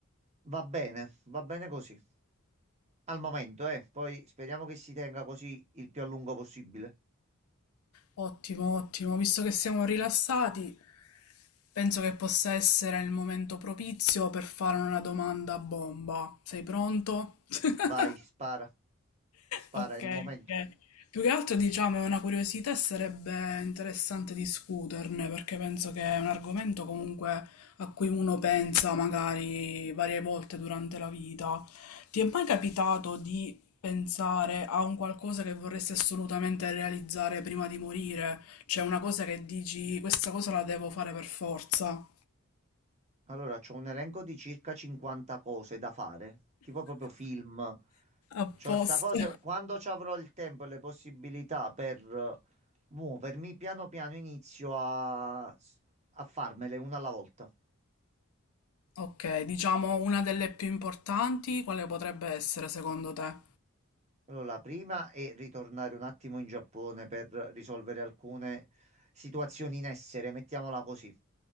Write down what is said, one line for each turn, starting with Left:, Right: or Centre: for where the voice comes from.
Right: va bene, va bene così. Al momento, eh, poi speriamo che si tenga così il più a lungo possibile.
Left: Ottimo, ottimo. Visto che siamo rilassati, penso che possa essere il momento propizio per fare una domanda a bomba. Sei pronto? <laughs>
Right: Vai, spara, spara,
Left: Ok,
Right: è il momento.
Left: ok. Più che altro, diciamo, è una curiosità e sarebbe interessante discuterne perché penso che è un argomento comunque a cui uno pensa magari varie volte durante la vita. Ti è mai capitato di pensare a un qualcosa che vorresti assolutamente realizzare prima di morire? Cioè una cosa che dici, questa cosa la devo fare per forza.
Right: Allora, c'ho un elenco di circa 50 cose da fare, tipo proprio film.
Left: Apposta.
Right: C'ho sta cosa, quando ci avrò il tempo e le possibilità per eh, muovermi, piano piano inizio a, a farmele una alla volta.
Left: Ok, diciamo una delle più importanti, quale potrebbe essere secondo te?
Right: Allora, la prima è ritornare un attimo in Giappone per risolvere alcune situazioni in essere, mettiamola così.